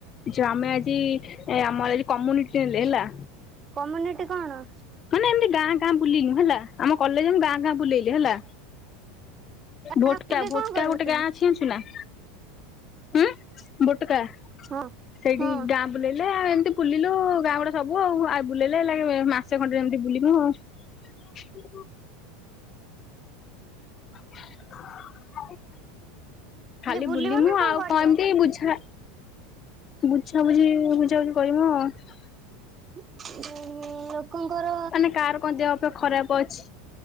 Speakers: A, on the left (about 35°); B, on the right (about 30°).
A: ଯୋ ଆମେ ଆଜି ଏ ଆମର ଏଠି କମ୍ୟୁନିଟିଲ୍ ଲେ ହେଲା।
B: କମ୍ୟୁନିଟି କଣ?
A: ମାନେ ଏମିତି ଗାଁ ଗାଁ ବୁଲିିଲୁ। ହେଲା ଆମ କଲେଜ୍ ଗାଁ ଗାଁ ବୁଲେଇଲେ ହେଲା। ଭୋଟକା
B: ଗାଁ ବୁଲି
A: ଭୋଟକା
B: କଣ କରିବ
A: ଗୋଟେ ଗାଁ
B: କି?
A: ଅଛି ଜାଣିଛୁନା। ହୁଁ, ବୁଟକା
B: ହଁ
A: ସେଇଠି
B: ହଁ
A: ଗାଁ ବୁଲେଇଲେ ଆଉ ଏମିତି ବୁଲିଲୁ ଗାଁ ଗୁଡା ସବୁ ଆଉ ଆ, ବୁଲେଇଲେ ହେଲାକି ମାସ ସେ ଖଣ୍ଡରେ ଏମିତି ବୁଲିବୁ ଆଉ। ଆ ଖାଲି
B: ବୁଲିବ
A: ବୁଲିମୁୁ
B: ନା କଣ
A: ଆଉ
B: କରିବ?
A: କ ଏମିତି ବୁଝା ବୁଝାବୁଝି ବୁଝାବୁଝି କରିବୁ ଅ,।
B: <unintelligible> କଙ୍କର
A: ମାନେ କାର କଣ ଦେହ ଫେହ ଖରାପ ଅଛି।